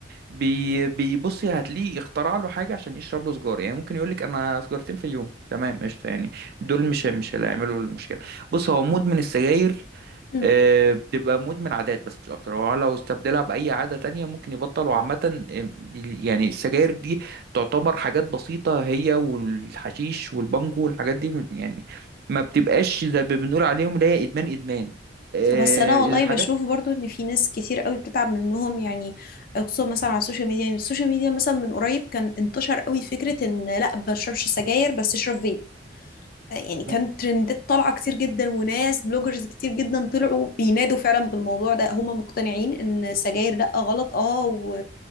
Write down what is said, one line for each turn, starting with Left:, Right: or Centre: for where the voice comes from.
Right: بي بيبصي هتلاقيه اخترع له حاجه عشان يشرب له سجاره يعني ممكن يقول لك انا سجارتين في اليوم تمام قشطه يعني دول مش مش اللي هيعملوا المشكله بص هو مدمن السجاير
Left: مم.
Right: آه، بتبقى مدمن عادات بس مش اكتر هو لو استبدلها باي عاده تانية ممكن يبطل وعامه آه، دي- يعني السجاير دي تعتبر حاجات بسيطه هي والحشيش والبانجو والحاجات دي م- يعني ما بتبقاش زي ما بنقول عليهم اللي هي ادمان ادمان آه،
Left: بس انا
Right: الحاجات
Left: والله بشوف برضو ان في ناس كتير قوي بتتعب منهم يعني خصوصا مثلا على السوشيال ميديا يعني السوشيال ميديا مثلا من قريب كان انتشر قوي فكرة ان لا ما تشربش سجاير بس اشرب فيب يعني كانت
Right: م-
Left: ترندات طالعة كتير جدا وناس بلوجرز كتير جدا طلعوا بينادوا فعلا بالموضوع ده هم مقتنعين ان السجاير لا غلط اه و...